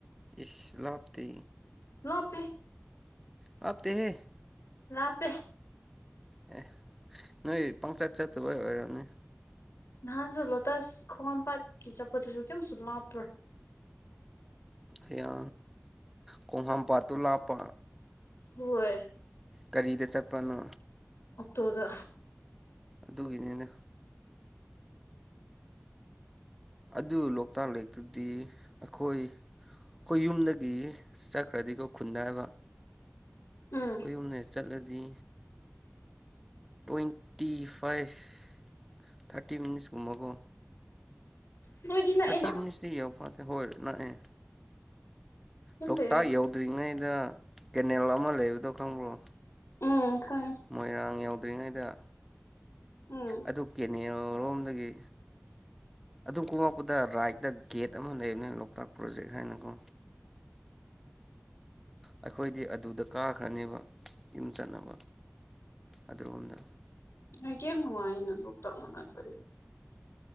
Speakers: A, in the centre; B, on the left.
A: ꯏꯁ ꯂꯥꯞꯇꯦ
B: ꯂꯥꯞꯄꯦ
A: ꯂꯥꯞꯇꯦꯍꯦ
B: ꯂꯞꯄꯦ
A: ꯑꯦ ꯅꯣꯏ ꯄꯪꯆꯠ ꯆꯠꯇꯕꯩ ꯑꯣꯏꯔꯝꯅꯤ
B: ꯅꯍꯥꯟꯁꯨ ꯂꯣꯇꯁ ꯈꯣꯡꯉꯝꯄꯥꯥꯠꯀꯤ ꯆꯠꯄꯗꯨꯁꯨ ꯀꯔꯤꯝꯁꯨ ꯂꯥꯞꯄ꯭ꯔꯥ
A: ꯑꯌꯥ ꯈꯣꯡꯍꯥꯝꯄꯥꯥꯠꯇꯨ ꯂꯥꯞꯄ
B: ꯍꯣꯏ
A: ꯀꯔꯤꯗ ꯆꯠꯄꯅꯣ
B: ꯑꯣꯛꯇꯣꯗ
A: ꯑꯗꯨꯒꯤꯅꯤꯅ ꯑꯗꯨ ꯂꯣꯛꯇꯥꯛ ꯂꯦꯛꯇꯨꯗꯤ ꯑꯩꯈꯣꯏ ꯑꯩꯈꯣꯏ ꯌꯨꯝꯗꯒꯤ ꯆꯠꯈ꯭ꯔꯗꯤꯀꯣ ꯈꯨꯟꯗ ꯍꯥꯏꯕ
B: ꯎꯝ
A: ꯈꯣꯏꯍꯨꯝꯅ ꯆꯠꯂꯗꯤ ꯇ꯭ꯋꯦꯟꯇꯤ ꯐꯥꯏꯚ ꯊꯥꯔꯇꯤ ꯃꯤꯅꯤꯁ ꯀꯨꯝꯕꯀꯣ
B: ꯅꯣꯏꯗꯤ ꯅꯛꯑꯦꯅ
A: ꯊꯥꯔꯇꯤ ꯃꯤꯅꯤꯠꯁꯇꯤ ꯌꯧꯐꯣꯠꯗꯦ ꯍꯣꯏ ꯅꯛꯑꯦ
B: ꯌꯥꯝ
A: ꯂꯣꯛꯇꯥꯛ
B: ꯐꯩꯌꯦ
A: ꯌꯧꯗ꯭ꯔꯤꯉꯩꯗ ꯀꯦꯅꯦꯜ ꯑꯃ ꯂꯩꯕꯗꯣ ꯈꯪꯕ꯭ꯔꯣ
B: ꯎꯝ ꯈꯪꯉꯦꯡ
A: ꯃꯣꯏꯔꯥꯡ ꯌꯧꯗ꯭ꯔꯤꯉꯩꯗ
B: ꯎꯝ
A: ꯑꯗꯨ ꯀꯦꯅꯦꯜ ꯔꯣꯝꯗꯒꯤ ꯑꯗꯨꯝ ꯀꯣꯃꯛꯛꯄꯗ ꯔꯥꯏꯠꯇ ꯒꯦꯠ ꯑꯃ ꯂꯩꯕꯅꯦ ꯂꯣꯛꯇꯥꯛ ꯄ꯭ꯔꯣꯖꯦꯛ ꯍꯥꯏꯅꯀꯣ ꯑꯩꯈꯣꯏꯗꯤ ꯑꯗꯨꯗ ꯀꯥꯈ꯭ꯔꯅꯦꯕ ꯌꯨꯝ ꯆꯠꯅꯕ ꯑꯗꯨꯔꯣꯝꯗ
B: ꯅꯣꯏꯗꯤ ꯌꯥꯝ ꯅꯨꯡꯉꯥꯏꯅ ꯂꯣꯛꯇꯞ ꯃꯅꯛꯇ